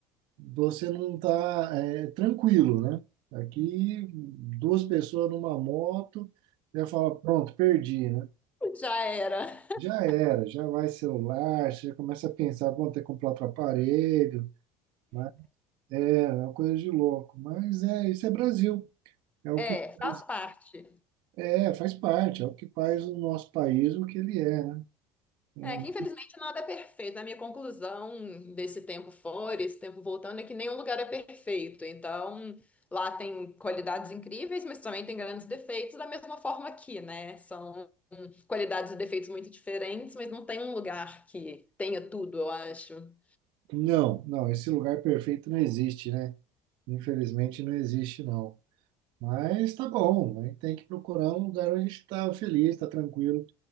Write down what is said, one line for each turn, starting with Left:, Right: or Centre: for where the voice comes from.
Right: Você não está, tranquilo, né? Aqui, duas pessoas numa moto, já fala, pronto, perdi, né?
Left: Já era. <laughs>
Right: Já era, já vai celular, você já começa a pensar, bom, ter que comprar outro aparelho, né? É, é uma coisa de louco. Mas é, isso é Brasil. É o
Left: É,
Right: que faz-
Left: faz parte.
Right: é, faz parte, é o que faz o nosso país o que ele é, né? É,
Left: É que infelizmente nada é perfeito. A minha conclusão desse tempo fora, esse tempo voltando, é que nenhum lugar é perfeito. Então, lá tem qualidades incríveis, mas também tem grandes defeitos, da mesma forma aqui, né? São qualidades e defeitos muito diferentes, mas não tem um lugar que tenha tudo, eu acho.
Right: não, não, esse lugar perfeito não existe, né? Infelizmente não existe, não. Mas tá bom, a gente tem que procurar um lugar onde a gente está feliz, está tranquilo.